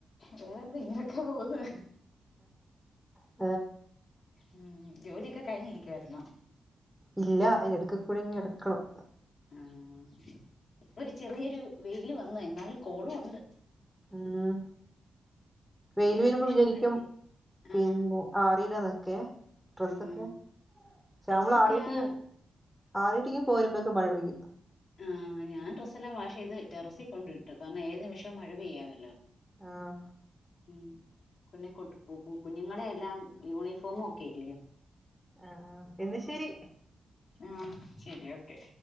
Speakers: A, on the left; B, in the centre.
A: വേറെന്താ ഇങ്ങനൊക്കെ പോവ്ന്ന്.
B: ഏഹ്
A: ഉം. ജോലിയൊക്കെ കഴിഞ്ഞി ഇരിക്കുവായിരുന്നോ
B: ഇല്ല. അ ഇടക്ക്കൂടെ ഇങ് എടുക്കണം.
A: ആഹ്. ഒര് ചെറിയൊരു വെയില് വന്ന്. എന്നാലും കോളു ഒണ്ട്.
B: ആഹ്. വെയില്
A: ഏത്
B: വെരുമ്പം
A: നിമിഷവും
B: വിചരിക്കും
A: മഴ പെയ്യും
B: പിന്നെ
A: ആഹ്
B: ആറിടാന്നൊക്കെ ഡ്രസ്സൊക്കെ
A: ആഹ്
B: ക്ഷെ
A: ഡ്രസ്സൊക്കെയാ
B: അമ്മള് ആറിട്ട് ഈ ആറീട്ടിങ്ങി പോരുമ്പേക്ക് മഴ പെയ്യും.
A: ആഹ്. ഞാൻ ഡ്രെസ്സെല്ലാം വാഷെയ്ത് ടെറസികൊണ്ടിട്ടു. കാരണംഏത് നിമിഷവും മഴപെയ്യാമല്ലോ
B: ആഹ്
A: ഉം. കുഞ്ഞെ കൊട് കു കു കുഞ്ഞുങ്ങടെല്ലാം യൂണിഫോമൊക്കെല്ല്യൊ
B: ആഹ് ആഹ് എന്നാ ശെരി.
A: ആഹ്. ശെരി ഓക്കെ.